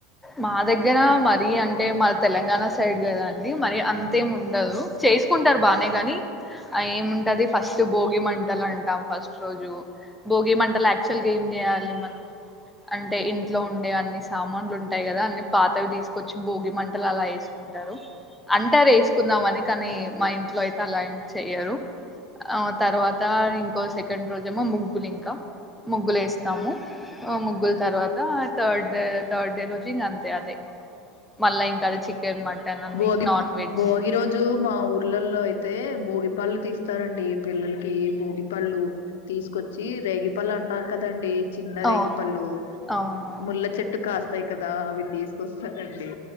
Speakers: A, in the centre; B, on the left.
A: మా దగ్గర మరి అంటే మా తెలంగాణ సైడ్ కదా అండి మరి అంతేం ఉండదు చేసుకుంటారు బానే గని ఏముంటది ఫస్ట్ బోగి మంటలన్టాం ఫస్ట్ రోజు బోగి మంటలు యాక్చువల్ గా ఏం చేయాలి మనం అంటే ఇంట్లో ఉండే అన్ని సామాన్లు ఉన్ టయి కదా అన్ని పాతవి తీసుకొచ్చి బోగి మంటలలా ఏసుకుంటారు అంటే ఏసుకుందామని కానీ మా ఇంట్లో అయితే అలా ఏం చెయరు ఆ తర్వాత ఇంకో సెకండ్ రోజేమో ముగ్గులింకా ముగ్గులేస్తాము ముగ్గుల్ తర్వాత థర్డ్ థర్డ్ డే రోజు ఇంగ్ అంతే అదే మళ్ళా ఇంకది చిక్ చికెన్ మటన్ అన్ని
B: భోగి
A: నాన్ వెజ్
B: భోగి రోజు మా ఊర్లలో అయితే భోగిపళ్ళు తీస్తారండి పిల్లలకి భోగి పళ్ళు తీసుకొచ్చి రేగిపళ్ళు అంటారు కదండి చిన్న రేగిపల్లు
A: అవును అవును
B: ముల్ల చెట్టు కాస్ స్తాయి కదా అవి తీసుకొస్తారండి